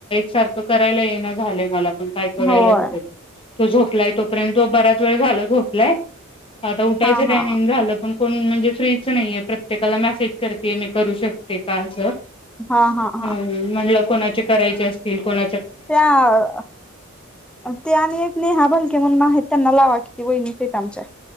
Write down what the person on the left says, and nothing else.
सारखं करायला येईना झालंय मला पण काय करायला
होतयं का? तो झोपलाय तोपर्यंत जो बराच वेळ झाला झोपलाय. आता उठायचं
टायमिंग
झालं पण कोण म्हणजे फ्रीच नाहीेये प्रत प्रत्येकाला मेसेज करते मी करू शकते का? असं
<unintelligible> म्हणल
कोणाचे करायचे असतील कोणा